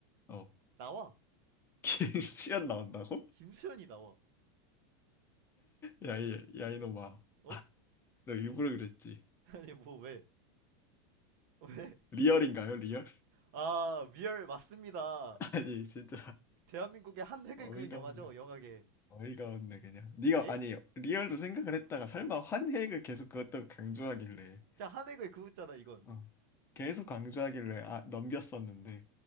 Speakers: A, on the left (about 20°); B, on the right (about 50°).
A: 어
B: 나와.
A: <laughs> 김수현 나온다고?
B: 김수현이 나와.
A: 야이 야 이놈아
B: 어?
A: 너 일부러 그랬지
B: <laughs> 아니 뭐 왜? 왜?
A: 리얼인가요 리얼?
B: 아, 리얼 맞습니다.
A: <laughs> 아니 진짜
B: 대한민국의 한 획을
A: 어이가
B: 그은 영화죠,
A: 없네
B: 영화계.
A: 어이가 없네 그냥. 네가
B: 예?
A: 아니 리얼도 생각을 했다가 설마 환획을 계속 그것도 강조하길래
B: 자, 한 획을 그었잖아, 이건.
A: 어, 계속 강조하길래 아 넘겼었는데